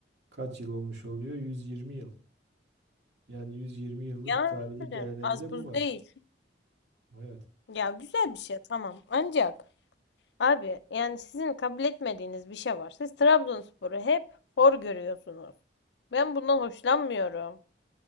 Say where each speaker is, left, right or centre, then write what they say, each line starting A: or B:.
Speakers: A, on the right (about 70°); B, on the left (about 70°).
A: kaç yıl olmuş oluyor? 120 yıl. Yani 120 yıllık
B: yani
A: tarihi geleneğinde
B: az
A: bu
B: buz
A: var.
B: değil.
A: Evet.
B: Ya güzel bir şey tamam. Ancak abi yani sizin kabul etmediğiniz bir şey var. Siz Trabzonspor'u hep hor görüyorsunuz. Ben bundan hoşlanmıyorum.